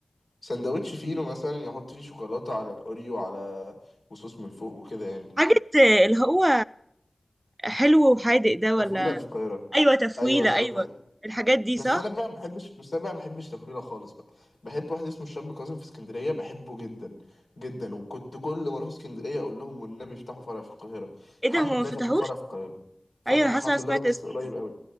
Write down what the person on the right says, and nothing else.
حاجه اللي هو حلو وحادق ده
ولا
ايوه تفويله
ايوه
الحاجات دي
صح
ايه
ده هما
ما فتحوش
ايوه انا حاسه
إن أنا
سمعت
اسمه